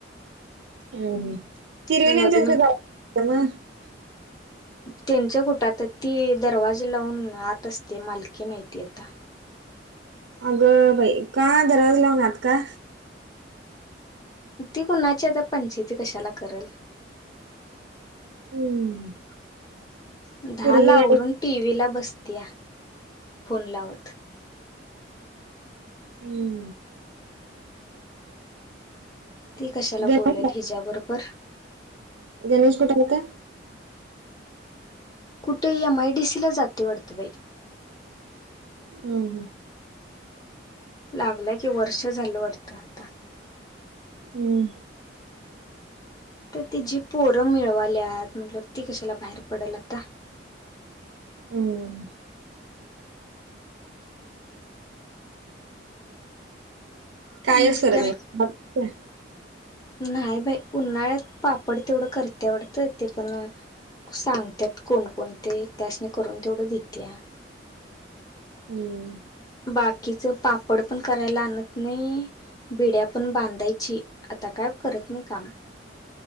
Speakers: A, on the right; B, on the left.
A: <unintelligible>
B: नवीन त्यांच्या कुट आता ती दरवाजे लावून आत असते मालकीेन आहे आता.
A: अगं बाई का दरवाज लावून आत का.
B: ती कुणाची आता पंचाती कशाला करेल.
A: हम्म.
B: दहा
A: पोरगीला
B: ला आवरून टीव्ही ला बसत्या फोन लावत.
A: हम्.
B: ती कशाला
A: गणेश
B: बोललं हिज्याबरोबर.
A: गणेश कुठे आलता.
B: कुठ एमआयडीसीला जातुय वाटतं बाय.
A: हा हा.
B: लागलंय की वर्ष झालं वाटतं आता.
A: हम्म.
B: तर तिचं पोरं मिळवाली आहेत म्हटल ती कशाला बाहेर पडेल आता.
A: <inaudible> कायच
B: नस्ता
A: करत नाही
B: बग. नाहया बाई उन्हाळ्यात पापड तेवढं करत्या वाटतं पण. सांगतात कोण कोण ते त्यास नी करून तेवढं देते त्या.
A: हम्म.
B: बाकीच पापड पण करायला आणत नाई. बिड्या पण बांधायची आता काय करत नई काम.